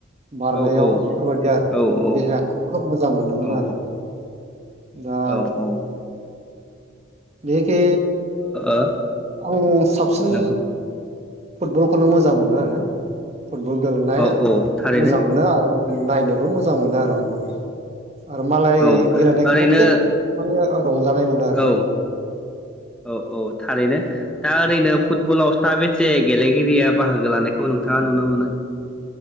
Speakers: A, on the right; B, in the centre.
A: बारनायाव
B: ओ औ
A: बेफोरबायदि आरो
B: औ औ
A: देहाखौ खोब मोजां मोनोमोन
B: औ
A: आरो दा
B: औ ओ
A: बे खे
B: ओ
A: आङो साबसिन
B: नंगौ
A: फुटबलखौनो मोजां मोनो आरो। फुटबल गेलेनाय
B: औ औ थारैनो
A: मोजां मोनो आरो नायनोबो मोजां मोनो आरो आङो। आरो मालाय
B: औ
A: गेलेनायखौबो
B: ओरैनो
A: खोब माने रंजानाय मोनो आरो।
B: औ औ औ थारैनो दा ओरैनो फुटबलाव साबेसे गेलेगिरिया बाहागो लानायखौ नोंथाङा नुनो मोनो?